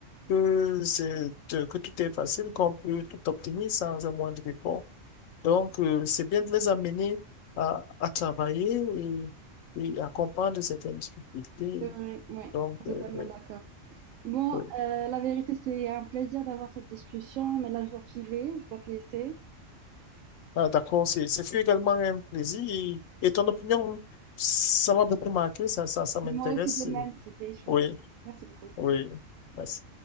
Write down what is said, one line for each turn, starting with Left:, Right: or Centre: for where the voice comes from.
Left: que c'est, euh, que tout est facile, qu'on peut tout obtenir sans un moindre effort. Donc, euh, c'est bien de les amener à, à travailler et, et à comprendre certaines difficultés.
Right: Euh, ouais,
Left: Donc,
Right: totalement
Left: euh, oui,
Right: d'accord. Bon,
Left: oui.
Right: euh, la vérité, c'était un plaisir d'avoir cette discussion, mais là, je dois filer, je dois te laisser.
Left: Ah, d'accord, c'est, ce fut également un plaisir. Et, et ton opinion, ça m'a beaucoup marqué, ça, ça, ça m'intéresse.
Right: Moi aussi, de même, c'était échange.
Left: Oui,
Right: Merci beaucoup.
Left: oui, merci.